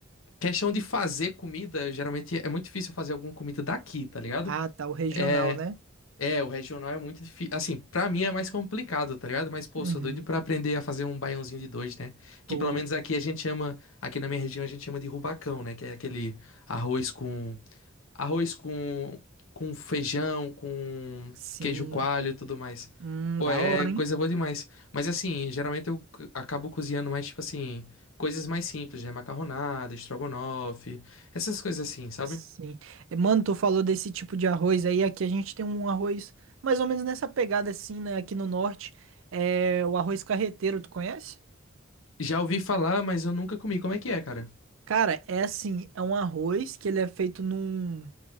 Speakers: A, on the left (about 85°); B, on the right (about 75°).
A: questão de fazer comida, geralmente é muito difícil eu fazer alguma comida daqui, tá ligado?
B: Ah, tá, o regional,
A: É,
B: né?
A: é, o regional é muito difícil. Assim, pra mim é mais complicado, tá ligado? Mas, pô,
B: Uhum.
A: sou doido pra aprender a fazer um baiãozinho de dois, né?
B: Pô,
A: Que pelo menos aqui a gente chama, aqui na minha região a gente chama de rubacão, né? Que é aquele arroz com Arroz com, com feijão, com
B: sim.
A: queijo coalho e tudo mais.
B: Hum,
A: Pô,
B: da
A: é
B: hora,
A: coisa
B: hein?
A: boa demais. Mas assim, geralmente eu c- acabo cozinhando mais, tipo assim, coisas mais simples, né? Macarronada, estrogonofe, essas coisas assim, sabe?
B: Sim. Eh, Mano, tu falou desse tipo de arroz aí. Aqui a gente tem um arroz mais ou menos nessa pegada assim, né? Aqui no norte. É o arroz carreteiro, tu conhece?
A: Já ouvi falar, mas eu nunca comi. Como é que é, cara?
B: Cara, é assim, é um arroz que ele é feito num.